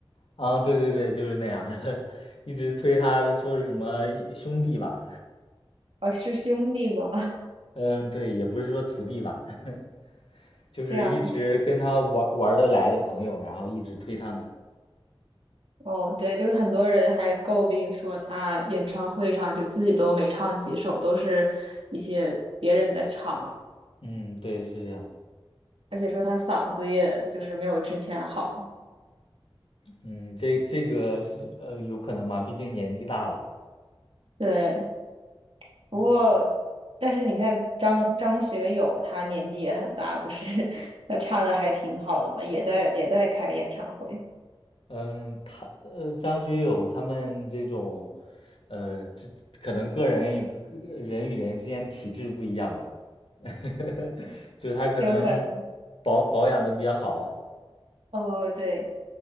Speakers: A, on the left; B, on the right.
A: 啊，对对对，就是那样，<laughs> 一直推他的说是什么兄弟吧，
B: 哦，是兄弟吗？<laughs>
A: 嗯，对，也不是说徒弟吧，<laughs> 就是一直跟他玩玩得来的朋友，
B: 这样
A: 然后一直推他们。
B: 哦，对，就是很多人还诟病说他演唱会上就自己都没唱几首，都是一些别人在唱的，
A: 嗯，对，是这样。
B: 而且说他嗓子也就是没有之前好。
A: 嗯，这这个是呃有可能吧，毕竟年纪大了。
B: 对，不过但是你看张张学友，
A: 嗯
B: 他年纪也很大，不是 <laughs> 他唱的还挺好的嘛，也在也在开演唱会，
A: 嗯，他呃，张学友他们这种，呃，这可能个人与人与人之间体质不一样吧，<laughs> 就是他可能
B: 有可能。
A: 保保养的比较好，
B: 哦，对。